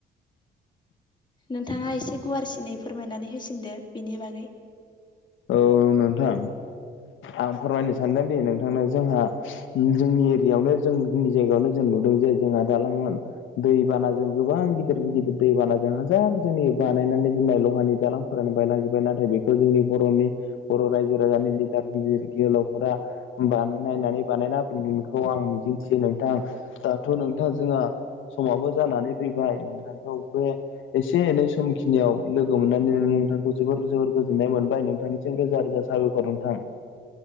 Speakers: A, on the left; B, on the left.
A: नोंथाङा एसे गुवारसिनै फोरमायनानै होसिनदो बेनि बागै
B: औ नोंथां आं फोरमायनो सानदों दे नोंथांनो जोंहा जोंनि एरियायावनो जों जोंनि जायगायावनो जों नुदों जे जोंहा दालां दै बानाजों गोबां गिदिर गिदिर दैबानाजों हाजार जोंनि बानायनानै दोननाय लहानि दालांफोरानो बायलांजोब्बाय नाथाय बेखौ जोंनि बर'नि बर' रायजो राजानि लिदार गिदिर गोलावफोरा बानाय नायनानै बानायना होफिनगोन आं मिजिंथियो नोंथां दाथ' नोंथां जोंहा समाबो जानानै फैबाय नोंथां बे एसे एनै समखिनियाव लोगो मोननानै नोंथांखौ जोबोर जोबोर गोजोननाय मोन बाय नोंथांनिसिम रोजा रोजा साबायखर नोंथां